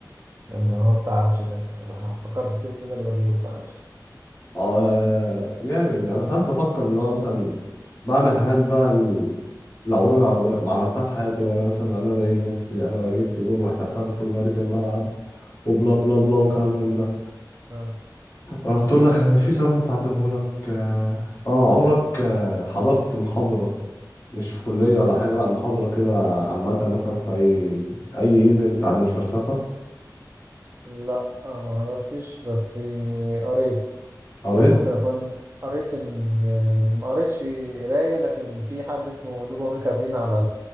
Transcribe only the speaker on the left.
اه جامد انا ساعات بفكر اللي هو مثلا بعمل حاجات بقى ال- اللي عمري ما ما عملتها في حياتي بقى انا مثلا انا زي ميسي انا جبت جون واحتفلت وجريت الملعب وبلا بلا بلا وكلام من ده
انا كنت اقول لك
في سؤال كنت عايز اقوله لك اه آه، عمرك آه، حضرت محاضرة مش في كلية ولا حاجة لا محاضرة كده عامة مثلا في اي اي
ايفنت عن الفلسفة
قريت